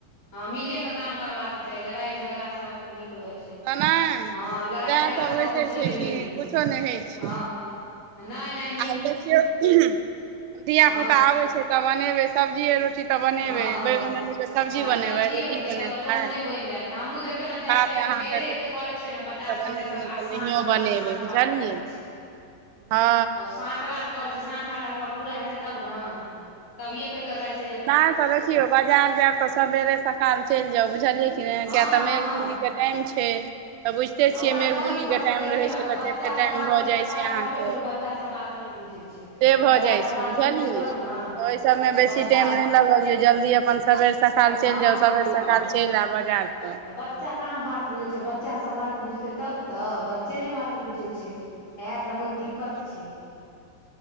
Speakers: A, on the left (about 20°); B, on the right (about 80°).
A: हँ
B: हूँ
A: मिलेके काम करबाक चाही लड़ाई झगड़ा सऽ निक रहे छै
B: तऽ नहि
A: हँ लड़ाई
B: सएह
A: झगड़ा
B: सभ
A: कऽ
B: होइते
A: कऽ कुछो
B: छै
A: नय
B: कि
A: मिले हय
B: किछो नहि होइ छै
A: हँ ह नय नय
B: आब दखियो धियि
A: हँ
B: पुता आबे छै तऽ बनेबे सब्जीे रोटी तऽ बनेबे
A: हँ हँ
B: बैगन आलू सब्जी
A: आ
B: बनेबै
A: सब्जिए
B: रोटी बनेबै
A: तब तऽ तुरन्ते बनि जायत हमहूँ देखियौ ने जाइ
B: भात
A: छियै अभी
B: अहाँके
A: बेरे एते
B: देखे
A: करै
B: छिये
A: छियै
B: बनेबै
A: ने पचास
B: तऽ
A: घंटे
B: बनेबै
A: तक
B: नहि
A: आ
B: तऽ
A: साँठ
B: नहियो
A: बाट
B: बनेबै
A: साँठ
B: बुझलियै
A: बाट करि रहल छै
B: हँ
A: साँठ बाँठ करे छै साँठ बाँठ आब ओकर पूरा हेते तब ने तभिये कहि के गा <unintelligible>
B: नहि तऽ देखियौ बाजार जायब तऽ सबेरे सकाल चलि जाउ बुझलियै की नय
A: हँ
B: किया तऽ
A: हँ
B: मेघबुन्नीकेँ टाइम छै तऽ बुझिते
A: आ उएह
B: छियै मेघबुन्नीकेँ
A: पानि पड़तै
B: टाइम
A: देखियौ
B: रहै
A: ने
B: छै तऽ
A: बच्चासभ
B: कते टाइम
A: अहाँके
B: भऽ
A: तऽ
B: जाइ
A: पता
B: छै
A: यए
B: अहाँ
A: कहबे
B: केँ
A: केलहुँ बच्चासभ बात
B: <inaudible>
A: नहि बुझै छै
B: से
A: बच्चासभ
B: भऽ जाइ
A: बात
B: छै बुझलियै
A: बुझतै तब ने
B: ओइ सब में
A: तऽ
B: बेसी
A: बच्चा
B: टाइम नै लगबियौ जल्दी अपन सबेर सकाल
A: हँ
B: चैल जाउ
A: हँ
B: सबेर
A: हँ
B: सकाल
A: हँ
B: चैल आ बजार स
A: तऽ बच्चा कहाँ बात बुझै छै बच्चा सब बात बुझतै तब तऽ बच्चे नै बात बुझै छै ऐहाँ
B: आब
A: तऽ मेन
B: की
A: दिक्कत
B: करबै
A: छै <inaudible>